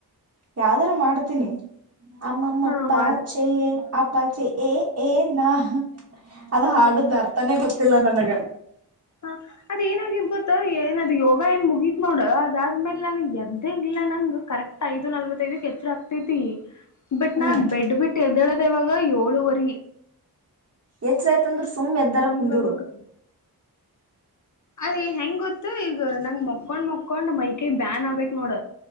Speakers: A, on the right; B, on the left.
A: ಯಾವ್ದಾರು ಮಾಡ್ತೀನಿ ಆಮ್ಮ
B: ಹಾ
A: ಪಪಾ
B: ವಾರ್ಡ್
A: ಚ ಅಪ್ಪಾಚ ಎ ಎ ನ ಅದ
B: ಹಾ
A: ಹಾಡುದ ಅರ್ತಾನೇ ಗೊತ್ತಿಲ್ಲ ನನಗ
B: ಹ ಅದ ಏನಾಗಿದ ಗೊತ್ತ ಏನದು ಯೋಗ ಏನ್ ಮುಗೀತ್ ನೋಡು ಅದಾದ್ಮೇಲೆ ನಾನು ಎದ್ದಂಗ ಲ್ಲ ನಂಗ್ ಕರೆಕ್ಟ್ ಐದು ನಲ್ವತ್ ಐದಕ್ ಎಚ್ಚರ ಆಗ್ತೈತಿ ಬಟ್
A: ಹ್ಮ್
B: ನಾ ಬೆಡ್ ಬಿಟ್ಟ ಎದ್ದೇಳದ ಇವಾಗ ಏಳುವರಿ
A: ಎಚಅಂದ್ರೆ ಯತಂದ್ರರು ಸುಮ್ಮ್ೆದ್ದರ
B: ಹಂಗಾಗಕತಿ
A: ಕುಂದೂರು
B: ಅದೇ ಹೆಂಗ್ ಗೊತ್ತು ಈಗ ನಂಗ್ ಮಕೊಂಡ್ ಮಕೊಂಡ್ ಮೈಕೈ ಬ್ಯಾನ್ ಆಗ್ಬೇಕೇಕ್ ನೋಡ